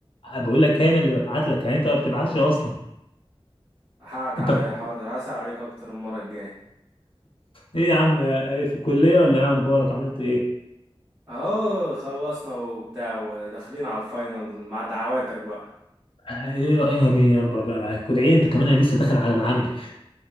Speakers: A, on the left (about 60°); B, on the right (about 25°).
A: بقول لك انا اللي ببعت لك يعني انت ما بتبعتش اصلا
B: حقك
A: انت
B: عليا
A: بت-
B: حاضر هسأل عليك اكتر المره الجايه
A: ايه يا عم آه، ايه في الكلية ولا ايه اخبارك عملت ايه؟
B: اهو خلصنا وبتاع وداخلين على الفاينل مع دعواتك بقى
A: ايه ايه امين يا رب ربنا معاك وادعي انت كمان انا لسه داخل على العملي